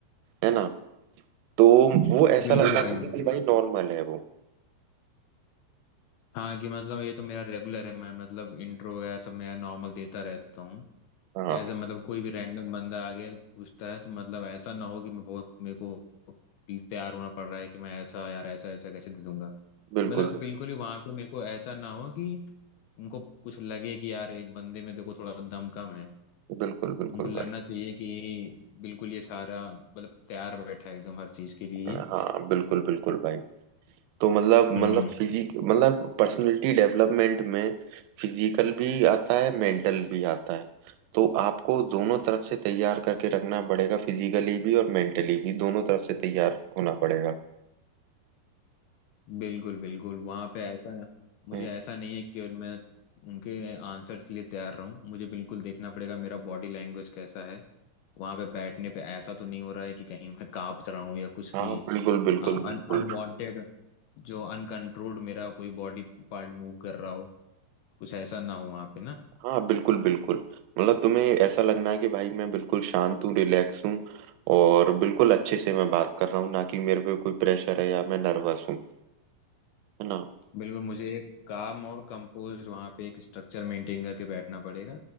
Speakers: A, on the right; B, on the left.
A: है ना तो वो ऐसा
B: बिल्कुल
A: लगना
B: हाँ भाई
A: चाहिए
B: बिल्कुल
A: कि भाई नॉर्मल है वो
B: हाँ कि मतलब ये तो मेरा रेगुलर है मैं मतलब इंट्रो वगैरह सब मेरा नॉर्मल देता रहता हूँ
A: हाँ
B: क्या ऐसा मतलब कोई भी रैंडम बंदा आ गया तो पूछता है तो मतलब ऐसा ना हो कि मैं बहुत मेरे को तैयार होना पड़ रहा है कि मैं ऐसा यार ऐसा ऐसा कैसे दे दूंगा
A: बिल्कुल
B: मतलब बिल्कुल ही वहां पे मेरे को ऐसा ना हो कि उनको कुछ लगे कि यार ये बंदे में देखो थोड़ा दम कम है
A: बिल्कुल बिल्कुल
B: उनको लगना चाहिए कि बिल्कुल ये सारा मतलब तैयार बैठा है एकदम हर चीज के लिए
A: भाई
B: ये
A: हाँ बिल्कुल बिल्कुल भाई तो मतलब
B: हम्म
A: मतलब फिजिक मतलब पर्सनालिटी डेवलपमेंट में फिजिकल भी आता है मेंटल भी आता है तो आपको दोनों तरफ से तैयार करके रखना पड़ेगा फिजिकली भी और मेंटली भी दोनों तरफ से तैयार होना पड़ेगा
B: बिल्कुल बिल्कुल वहाँ पे ऐसा मुझे
A: हम्म,
B: ऐसा नहीं है कि केवल मैं उनके आंसर्स के लिए तैयार रहूं मुझे बिल्कुल देखना पड़ेगा मेरा बॉडी लैंग्वेज कैसा है वहाँ पे बैठने पे ऐसा तो नहीं हो रहा है कि कहीं मैं कांप रहा हूँ या कुछ
A: हाँ
B: भी
A: बिल्कुल बिल्कुल
B: अन
A: बिल्कुल
B: अनवांटेड जो अनकंट्रोल्ड मेरा कोई बॉडी पार्ट मूव कर रहा हो कुछ ऐसा ना हो वहाँ पे ना
A: हाँ बिल्कुल बिल्कुल मतलब तुम्हें ऐसा लगना है कि भाई मैं बिल्कुल शांत हूँ रिलैक्स हूँ और बिल्कुल अच्छे से मैं बात कर रहा हूँ ना कि मेरे पे कोई प्रेशर है या मैं नर्वस हूँ है ना
B: बिल्कुल मुझे एक काम और कंपोज वहाँ पे एक स्ट्रक्चर मेंटेन करके बैठना पड़ेगा